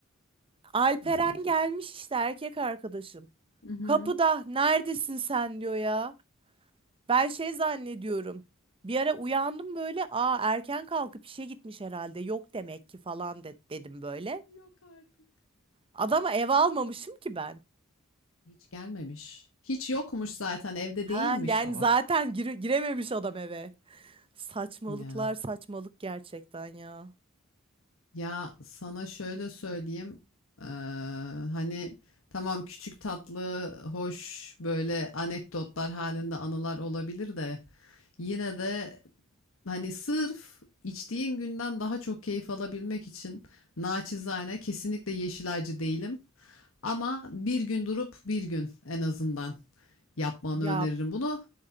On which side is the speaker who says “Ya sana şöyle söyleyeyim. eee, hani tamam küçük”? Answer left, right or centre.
Left